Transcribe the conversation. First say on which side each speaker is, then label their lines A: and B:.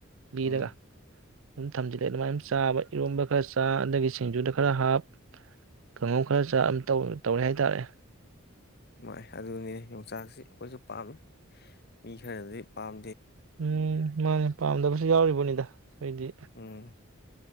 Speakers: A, on the left (about 55°); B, on the right (about 70°).
A: ꯎꯝ
B: ꯏꯔꯒ ꯑꯗꯨꯝ ꯊꯝꯖꯤꯜꯂꯦ ꯑꯗꯨꯃꯥꯏ ꯑꯗꯨꯝ ꯆꯥꯕ ꯏꯔꯣꯟꯕ ꯈꯔ ꯆꯥ ꯑꯗꯒꯤ ꯁꯤꯡꯖꯨꯗ ꯈꯔ ꯍꯥꯞ ꯀꯥꯡꯍꯧ ꯈꯔ ꯆꯥ ꯑꯝ ꯇꯧ ꯇꯧꯔꯦ ꯍꯥꯏ ꯇꯥꯔꯦ
A: ꯅꯨꯡꯉꯥꯏ ꯑꯗꯨꯅꯤꯅꯦ ꯌꯣꯡꯆꯥꯛꯁꯤ ꯑꯈꯣꯏꯖꯨ ꯄꯥꯝꯃꯤ ꯃꯤ ꯈꯔꯅꯗꯤ ꯄꯥꯝ
B: ꯎꯝ ꯃꯥꯟꯅꯤ ꯄꯥꯝꯗꯕꯁꯨ ꯌꯥꯎꯔꯤ ꯄꯣꯠꯅꯤꯗ ꯑꯩꯗꯤ
A: ꯎꯝ